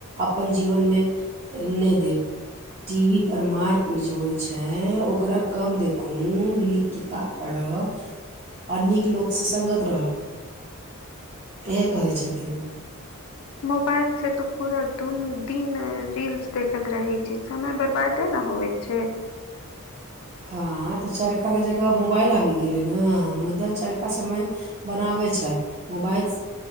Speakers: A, on the right; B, on the left.
A: अपन जीवनमे नहि देब टी वी पर मार पीट जे होइ छै ओकरा कम देखू नीक किताब पढ़ अ आ नीक लोक। ससंगत रहअ इएह कहै छथि ओ।
B: मोबाइल से तऽ पूरा दुनू दिन रील्स देखैत रहै छैय समय बर्बादे न। होइ छै
A: हँ तऽ चरखा के जगह मोबाइल आबि गेले ने मुद्दा चरखा सबमे बनाबे छल मोबाइल